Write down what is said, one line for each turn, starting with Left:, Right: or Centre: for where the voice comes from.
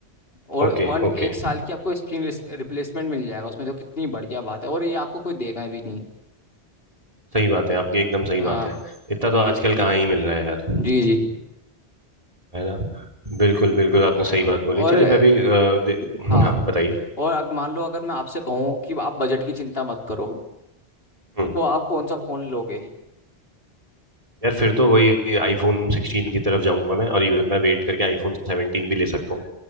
Left: और
Right: ओके
Left: वन एक
Right: ओके
Left: साल की आपको स्क्रीन रिप्लेसमेंट मिल जाएगा उसमें तो कितनी बढ़िया बात है और ये आपको कोई देगा भी नहीं
Right: सही बात है आपकी एकदम सही
Left: हाँ
Right: बात है इतना तो आजकल कहाँ ही मिल रहा है यार
Left: जी जी
Right: है ना बिल्कुल बिल्कुल आपने
Left: और,
Right: सही बात बोली
Left: और
Right: चलिए
Left: अ,
Right: मैं भी अ, दे-
Left: हाँ
Right: हाँ बताइए
Left: और अब मान लो अगर मैं आपसे कहूँ कि आप बजट की चिंता मत करो
Right: हम्म
Left: तो आप कौन सा फ़ोन लोगे
Right: यार फिर तो वही आईफोन सिक्सटीन की तरफ जाऊंगा मैं और इवन मैं वेट करके आईफोन सेवनटीन भी ले सकता हूँ